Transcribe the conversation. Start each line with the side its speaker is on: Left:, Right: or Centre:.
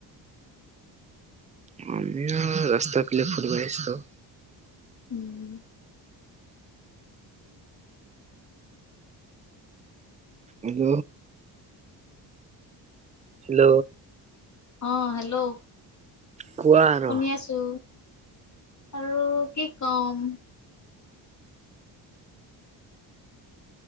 Right: এয়া ৰাস্তা পেনে ফুৰিব আহিছোঁ।
Left: উম হম।
Right: হেল্ল'। হেল্ল'।
Left: অ', হেল্ল'
Right: কোৱা আৰু।
Left: শুনি আছো। আৰু কি কম